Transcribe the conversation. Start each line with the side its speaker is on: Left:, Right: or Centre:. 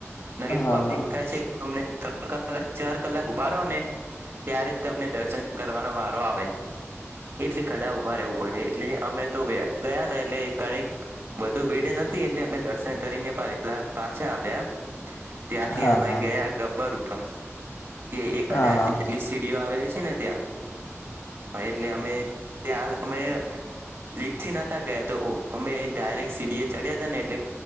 Right: ના
Left: હા
Right: પબ્લિક
Left: હા હા
Right: કહે છે કે તમને. કક ચાર કલાક ઉભા રહો ને ત્યારે જ તમને દર્શન કરવાનો વારો આપ <unintelligible> એટલે ખડા ઉભા રહેવું પડે. એટલે અમે તો ગયા હતા એટલે કક બધું ભેડે નથી એટલે દર્શન કરીને પાવ એટલા પાછા આવ્યા એમ ત્યાંથી
Left: હા હા
Right: અમે
Left: હા
Right: ગયા ગબ્બર ઉપર કે
Left: હા
Right: એક હજાર જેટલી સીડીઓ આવેલી છે ને ત્યાં હા એટલે અમે ત્યાં અમે લલીપથી નતા ગયા તો અમે ડાયરેક્ટ સીડીએ ચડ્યા હતા ને એટલે